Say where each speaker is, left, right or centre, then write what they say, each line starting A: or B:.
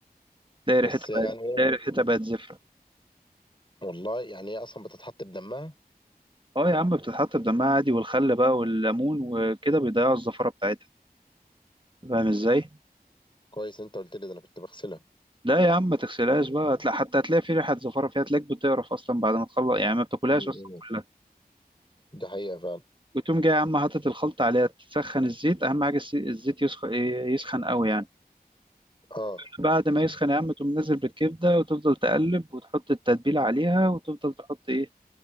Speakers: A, on the right; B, on the left.
A: تلاقي ريحتها
B: بس يعني
A: بقت تلاقي ريحتها بقت زفره
B: والله يعني هي اصلا بتتحط بدمها
A: اه يا عم بتتحط بدمها عادي والخل بقى والليمون وكده بيضيعوا الزفره بتاعتها فاهم ازاي
B: كويس انت قلت لي ده انا كنت بغسلها
A: لا يا عم ما تغسلهاش بقى هتلاقي حتى هتلاقي في ريحه زفره فيها تلاقيك بتقرف اصلا بعد ما تخلص يعني ما بتاكلهاش
B: مم.
A: اصلا كلها
B: دي حقيقة فعلا
A: وتقوم جاي يا عم حاطط الخلطه عليها تسخن الزيت اهم حاجه السي- الزيت يسخن يسخن قوي يعني
B: اه
A: وبعد ما يسخن يا عم تقوم نازل بالكبدة وتفضل تقلب وتحط التتبيلة عليها وتفضل تحط ايه